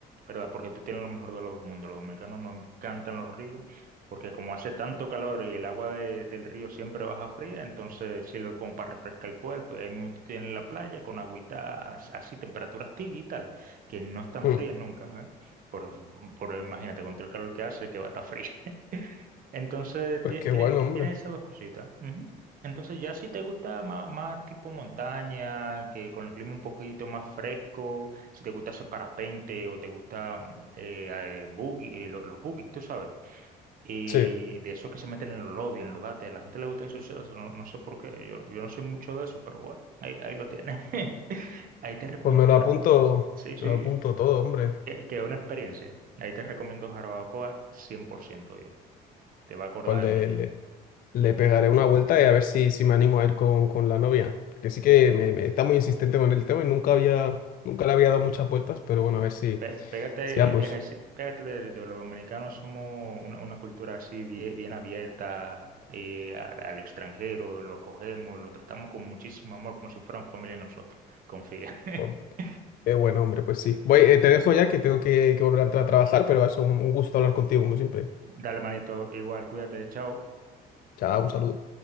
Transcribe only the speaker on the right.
¿verdad? Porque tú tienes lo mejor de los dos mundos. Los dominicanos nos encantan los ríos, porque como hace tanto calor y el agua de- del río siempre baja fría, entonces sirve como para refrescar el cuerpo. Y ahí mismo tú tienes la playa con agüita as- así, temperaturas tibias y tal, que no están
frías nunca, ¿eh? Por, por, imagínate, con todo el calor que hace, que va a estar fría. <laughs> Entonces,
tiene,
tiene,
ti-
tiene esas dos cositas. Ujú. Entonces, ya si te gusta más, más tipo montaña, que con el clima un poquito más fresco, si te gusta hacer parapente o te gusta mm, eh, eh, buggy, eh, lo- los buggies, tú sabes, y
de esos que se meten en los lobbies, en los dates, a la gente le gusta ensuciarse, no, no sé por qué, yo, yo no soy mucho de eso, pero bueno, ahí, ahí lo tienes. <laughs> Ahí te recomiendo
Jara.
Sí, sí,
que, que es una experiencia. Ahí te recomiendo Jarabacoa 100%, viejo. Te va a acordar
de mí.
Ujú.
Pe- Pégate
el viaje, sí, pégate el viajecito. Los dominicanos somos una, una cultura así bien, bien abierta eh, al, al extranjero, lo acogemos, lo tratamos con muchísimo amor, como si fueran familia de nosotros. Confía. <laughs>
Dale, manito, igual, cuídate, chao.